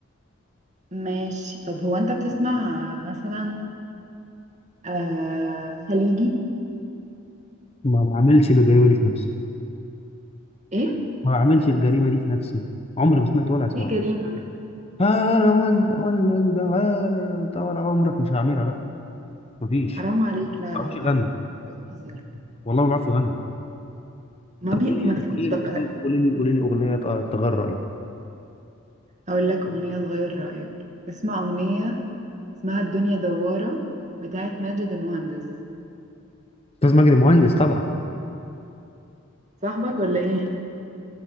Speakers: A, on the right (about 35°); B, on the left (about 30°).
A: ماشي طب هو انت بتسمع مثلا آه خليجي
B: ما بعملش الجريمه دي في نفسي
A: ايه
B: ما بعملش الجريمه دي في نفسي عمري ما سمعت ولا اسمعه
A: ايه جريمه
B: تعالى ولا ولا تعالى طول عمرك مش هعملها لا مفيش
A: حرام عليك لا
B: ما
A: لا
B: بعرفش
A: لا
B: اغنوا
A: لا أنت بتهزر
B: والله ما بعرف اغني
A: ما
B: طب
A: بي
B: ايه
A: ما ت-
B: قولي لي
A: طب
B: قولي
A: أنا
B: لي قولي لي قولي لي اغنيه ت- تغرى ايه
A: اقول لك اغنيه تغير رايك اسمع اغنيه اسمها الدنيا دواره بتاعت ماجد المهندس
B: استاذ مجدي مهندس طبعا
A: صاحبك ولا ايه